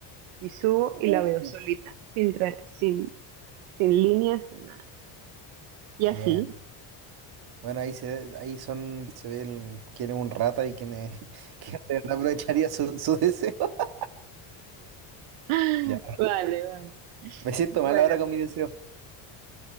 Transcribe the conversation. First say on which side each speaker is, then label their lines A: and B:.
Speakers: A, on the right (about 80°); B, on the right (about 50°).
A: y subo
B: Uh,
A: y la veo
B: uh,
A: solita, sin, tra- sin, sin líneas, sin nada. Y así.
B: bien. Bueno, ahí se, ahí son, se ve el- quién es un rata y quién es, <laughs> quién de verdad aprovecharía su, su deseo. <laughs>
A: <laughs>
B: Ya.
A: Vale, vale.
B: Me siento
A: Bueno,
B: mal ahora con mi deseo.